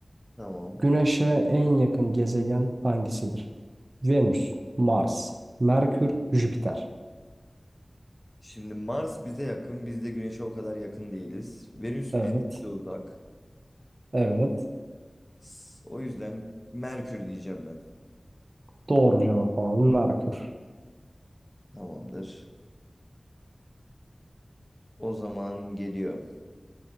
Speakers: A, on the left; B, on the right.
A: Tamam.
B: Güneş'e en yakın gezegen hangisidir? Venüs, Mars, Merkür, Jüpiter.
A: Şimdi Mars bize yakın. Biz de Güneş'e o kadar yakın değiliz. Venüs
B: Evet.
A: bizden de uzak.
B: Evet.
A: S- O yüzden Merkür diyeceğim ben.
B: Doğru cevap abi. Merkür.
A: Tamamdır. O zaman geliyor.